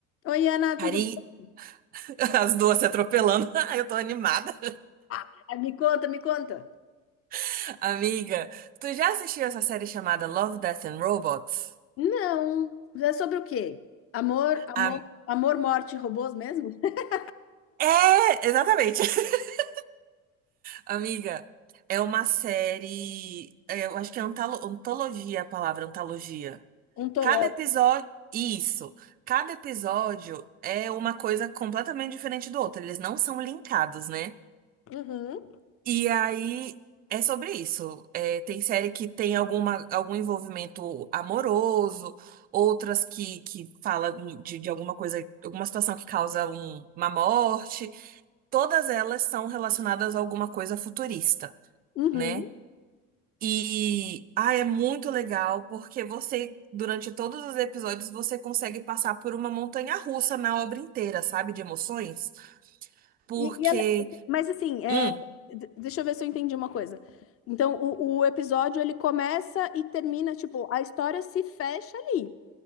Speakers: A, on the left (about 35°); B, on the right (about 25°).
A: Oi, Ana, tudo
B: Ari,
A: bom?
B: <laughs> as duas se atropelando. <laughs> Eu tô animada.
A: Ah, Me conta, me conta.
B: <laughs> Amiga, tu já assistiu essa série chamada Love, Death and Robots?
A: Não, é sobre o quê? Amor, amor,
B: Am-
A: amor, morte, e robôs mesmo? <laughs>
B: é, exatamente. <laughs> Amiga, é uma série. é, Eu acho que é antalo- antologia a palavra, antologia.
A: Ontológico.
B: Cada episódio. Isso. Cada episódio é uma coisa completamente diferente do outro. Eles não são linkados, né?
A: Uhum,
B: E aí é sobre isso. É, tem série que tem alguma, algum envolvimento amoroso, outras que, que falam de, de alguma coisa, alguma situação que causa um- uma morte. Todas elas são relacionadas a alguma coisa futurista,
A: uhum.
B: né? E ah, é muito legal porque você, durante todos os episódios, você consegue passar por uma montanha russa na obra inteira, sabe? De emoções. Porque,
A: E, e ela- mas assim, é,
B: hum,
A: d- deixa eu ver se eu entendi uma coisa. Então, o, o episódio ele começa e termina, tipo, a história se fecha ali.